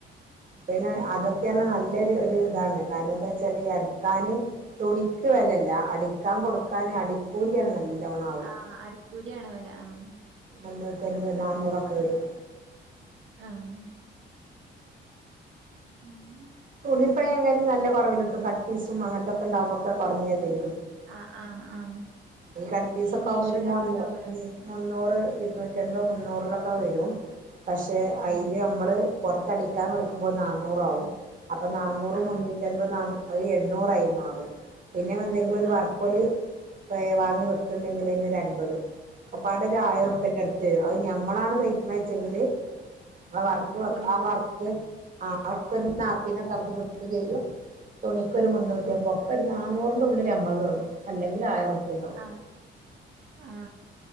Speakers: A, on the right; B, on the right.
A: പിന്നെ അതൊക്കെ പറഞ്ഞ നല്ലൊരു ഇതാണ് കാരണം എന്താ വച്ചാല് ഈ അടിക്കാന് തുണിക്ക് വിലയില്ല അടിക്കാൻ കൊടുക്കാൻ അടിക്കൂലിയാണ് നല്ല നല്ലോണം ആവ്വാ
B: ആഹ് അടിക്കൂലിയാണ് വെല ആഹ്
A: അഞ്ഞൂറ്റിഅയ് നാന്നൂറൊക്കെ വരും
B: ആഹ് ഉം
A: തുണിപ്പിഴേ ഇങ്ങനെനി നല്ല കുറവിലുകിട്ടും കട്ട്പീസും അങ്ങനൊത്തൊക്കെ ഇണ്ടാകുമ്പൊക്കെ കുറഞ്ഞു തരും
B: ആഹ് ആഹ് ആഹ്
A: ഈ കട്ട്പ്പീസൊക്കെ
B: പിന്നെ ഈ മീഷോയിലൊക്കെ
A: ആവുമ്പോ ഒരു മുന്നൂറ്
B: ഉണ്ടാവോലോ
A: ഉം മുന്നൂറ് ഇരുന്നൂറ്റൻപത് അഞ്ഞൂറിലൊക്കെ വരും പക്ഷെ അതില്
B: ആഹ്
A: നമ്മള് പുറത്തടിക്കാൻ കൊടുക്കുമ്പോൾ നാന്നൂറാകും അപ്പൊ നാന്നൂറും
B: ആഹ്
A: മുന്നൂറ്റി അൻപതും നാന്നൂ അത് എണ്ണൂറായി മാറും പിന്നെ എന്തെങ്കിലും ഒരു
B: ആഹ്
A: വർക്കൊല് വാങ്ങി വെക്കണ്ടെങ്കിൽ അതിനൊരു അമ്പതും ഒക്കെപ്പാടെ ഒരു ആയിരം
B: ആഹ്
A: ഉറുപ്പിന്റെ അടുത്ത് വരും അത് ഞ നമ്മളാണ് തയ്ക്കാച്ചെണെച്ചെങ്കിൽ നമ്മളെ വർക്ക്‌
B: നമുക്ക് തുണീന്റെ
A: ആഹ് വർക്ക്‌
B: വെ ആഹ്
A: ആഹ് അവർക്കൊരു നാത്തിനെ <unintelligible> ചെയ്യും തുണിക്കൊരു മുന്നൂറ്റിമ്പത് ഉറുപ്പിക ഒരു നാ നന്നൂറിന്റെ ഉള്ളിൽ അമ്പത് തുടങ്ങും അല്ലങ്കിൽ ആയിരം ഉറുപ്പ്യ ഉണ്ടാവും
B: ആ ആ